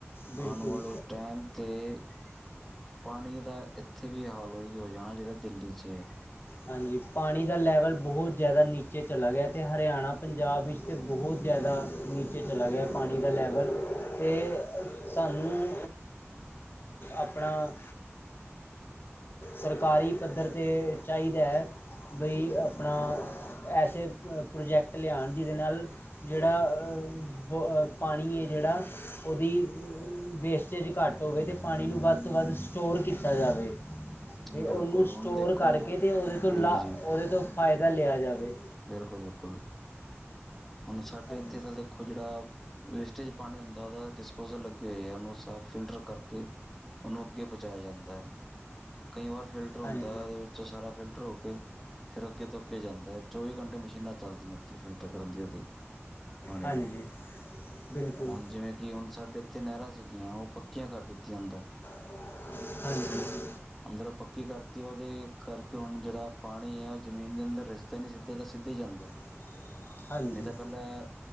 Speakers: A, on the left; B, in the centre.
A: ਬਿਲਕੁਲ
B: ਆਣ ਵਾਲੇ ਟੈਮ 'ਤੇ ਪਾਣੀ ਦਾ ਇੱਥੇ ਵੀ ਹਾਲ ਉਹੀ ਹੋ ਜਾਣਾ ਜਿਹੜਾ ਦਿੱਲੀ 'ਚ ਏ।
A: ਹਾਂਜੀ ਪਾਣੀ ਦਾ ਲੈਵਲ ਬਹੁਤ ਜ਼ਿਆਦਾ ਨੀਚੇ ਚਲਾ ਗਿਆ ਤੇ ਹਰਿਆਣਾ ਪੰਜਾਬ ਵਿੱਚ ਤੇ ਬਹੁਤ ਜ਼ਿਆਦਾ ਨੀਚੇ ਚਲਾ ਗਿਆ ਪਾਣੀ ਦਾ ਲੈਵਲ ਤੇ ਸਾਨੂੰ ਆਪਣਾ ਸਰਕਾਰੀ ਪੱਧਰ 'ਤੇ ਚਾਹੀਦੈ। ਬਈ ਆਪਣਾ ਐਸੇ ਪ੍ਰੋਜੈਕਟ ਲਿਆਣ ਜਿਹਦੇ ਨਾਲ ਜਿਹੜਾ ਪਾਣੀ ਏ ਜਿਹੜਾ ਉਹਦੀ ਵੇਸਟੇਜ ਘੱਟ ਹੋਵੇ ਤੇ ਪਾਣੀ ਨੂੰ ਵੱਧ ਤੋਂ ਵੱਧ ਸਟੋਰ ਕੀਤਾ ਜਾਵੇ। ਤੇ
B: ਬਿਲਕੁਲ
A: ਉਹਨੂੰ ਸਟੋਰ
B: ਹੁਣ ਦੇਖੋ
A: ਕਰਕੇ ਤੇ ਉਹਦੇ ਤੋਂ
B: ਜੀ
A: ਲਾ ਉਹਦੇ ਤੋਂ ਫਾਇਦਾ ਲਿਆ ਜਾਵੇ।
B: ਬਿਲਕੁਲ-ਬਿਲਕੁਲ, ਹੁਣ ਸਾਡੇ
A: ਹਾਂਜੀ
B: ਇੱਥੇ ਤਾਂ ਦੇਖੋ ਜਿਹੜਾ, ਵੇਸਟੇਜ ਪਾਣੀ ਹੁੰਦਾ ਉਹਦਾ ਡਿਸਪੋਜਲ ਲੱਗੇ ਹੋਏ ਆ ਉਹਨੂੰ ਸਾਫ਼ ਫਿਲਟਰ ਕਰਕੇ ਉਹਨੂੰ ਅੱਗੇ ਪਹੁੰਚਾਇਆ ਜਾਂਦਾ। ਕਈ ਵਾਰ ਫਿਰ ਫਿਲਟਰ ਹੁੰਦਾ
A: ਹਾਂਜੀ
B: ਐ ਉਹਦੇ ਵਿੱਚ ਸਾਰਾ ਫਿਲਟਰ ਹੋ ਕੇ, ਫੇਰ ਅੱਗੇ ਤੋ ਅੱਗੇ ਜਾਂਦਾ ਹੈ ਚੌਵੀ ਘੰਟੇ ਮਸ਼ੀਨਾਂ ਚੱਲਦੀਆਂ। ਤੇ ਫਿਲਟਰ ਕਰਦੀ ਉਹਦੀ, ਪਾਣੀ
A: ਹਾਂਜੀ
B: ਨੂੰ।
A: ਬਿਲਕੁਲ
B: ਹੁਣ ਜਿਵੇਂ ਕਿ ਹੁਣ ਸਾਡੇ ਇੱਥੇ ਨਹਿਰਾਂ ਸੀਗੀਆਂ ਉਹ ਪੱਕੀਆਂ ਕਰ ਦਿੱਤੀਆਂ ਹੁਣ ਤੋਂ।
A: ਹਾਂਜੀ।
B: ਅੰਦਰੋ ਪੱਕੀ ਕਰਤੀ ਉਹਦੇ ਕਰਕੇ ਹੁਣ ਜਿਹੜਾ ਪਾਣੀ ਐ ਉਹ ਜ਼ਮੀਨ ਦੇ ਅੰਦਰ ਰਿਸਦਾ ਨੀ ਸਿੱਧਾ ਦਾ ਸਿੱਧਾ ਈ ਜਾਂਦਾ।
A: <inaudible> ਹਾਂਜੀ
B: ਨਈ ਤਾਂ ਪਹਿਲਾਂ,